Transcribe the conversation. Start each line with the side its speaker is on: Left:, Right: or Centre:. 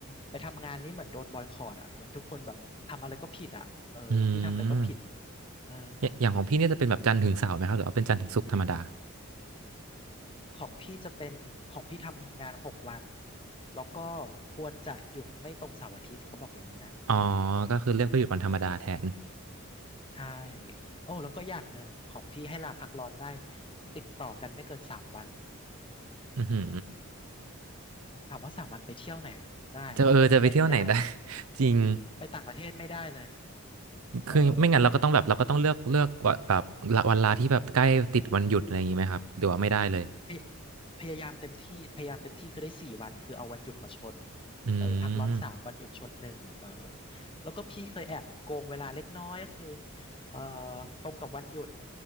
Left: ไปทำงานนี้เหมือนโดนบอยคอตอ่ะเหมือนทุกคนแบบทำอะไรก็ผิดอ่ะเออพี่ทำอะไรก็ผิด
Right: อืม
Left: เออ
Right: อย่อย่างของพี่เนี่ยจะเป็นแบบจันทร์ถึงเสาร์ไหมครับหรือว่าเป็นจันทร์ถึงศุกร์ธรรมดา
Left: ของพี่จะเป็นของพี่ทำงานหกวันแล้วก็ควรจะหยุดไม่ตรงเสาร์อาทิตย์เขาบอกอย่างนี้นะ
Right: อ๋อก็คือเลือกไปหยุดวันธรรมดาแทน
Left: ใช่โอ้แล้วก็อย่างหนึ่งของพี่ให้ลาพักร้อนได้ติดต่อกันไม่เกินสามวัน
Right: อือหือ
Left: ถามว่าสามวันไปเที่ยวไหนได้อะมันไปไม่ได้เลย
Right: จะเออจะไปเที่ยวไหนได้ <laughs> จริง
Left: ไปต่างประเทศไม่ได้เลยเออ
Right: คือไม่งั้นเราก็ต้องแบบเราก็ต้องเลือกเลือกว่าแบบละวันลาที่แบบใกล้ติดวันหยุดอะไรอย่างงี้ไหมครับหรือว่าไม่ได้เลย
Left: พยพยายามเต็มที่พยายามเต็มที่คือได้สี่วันคือเอาวันหยุดมาชน
Right: อื
Left: เออพักร้อนสามวันหยุดชนหนึ่งเออ
Right: ม
Left: แล้วก็พี่เคยแอบโกงเวลาเล็กน้อยก็คือเออตรงกับวันหยุด